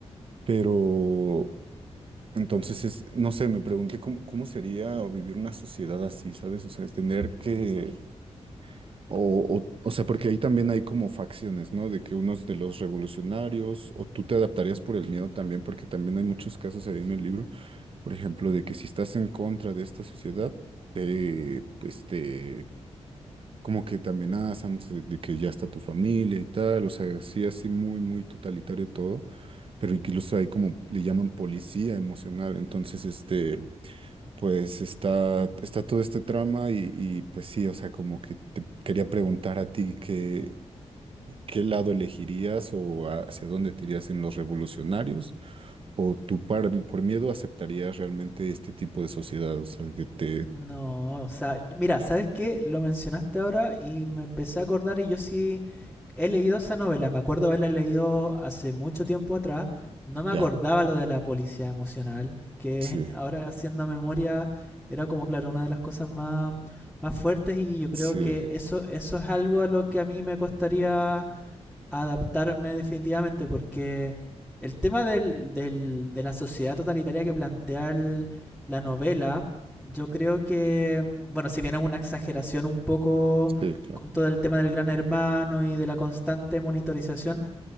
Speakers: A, on the right (about 50°); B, in the centre.
A: pero entonces es, no sé, me pregunté cómo, cómo sería vivir una sociedad así, ¿sabes? O sea, es tener que o, o, o sea, porque ahí también hay como facciones, ¿no? De que unos de los revolucionarios, o tú te adaptarías por el miedo también, porque también hay muchos casos ahí en el libro, por ejemplo, de que si estás en contra de esta sociedad, eh, pues te, como que te amenazan se- de que ya está tu familia y tal, o sea, sí, así muy, muy totalitario todo, pero incluso hay como, le llaman policía emocional, entonces, este... Pues está, está todo este trama y, y, pues sí, o sea, como que te quería preguntar a ti qué, qué lado elegirías o a- hacia dónde te irías en los revolucionarios o tú par- por miedo aceptarías realmente este tipo de sociedad, o sea, que te,
B: No, o sea, y- mira, ¿sabes qué? Lo mencionaste ahora y me empecé a acordar y yo sí he leído esa novela. Me acuerdo haberla leído hace mucho tiempo atrás. No me acordaba
A: ya,
B: lo de la policía emocional, que
A: sí,
B: <laughs> ahora haciendo memoria era como, claro, una de las cosas más, más fuertes y yo creo
A: sí,
B: que eso, eso es algo a lo que a mí me costaría adaptarme definitivamente porque el tema del, del- de la sociedad totalitaria que plantea el- la novela, yo creo que, bueno, si bien es una exageración un poco
A: sí, claro.
B: con todo el tema del gran hermano y de la constante monitorización,